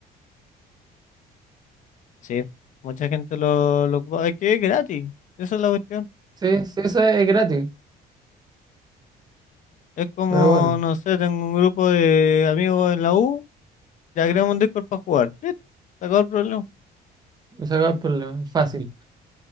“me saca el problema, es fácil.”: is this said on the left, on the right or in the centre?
Right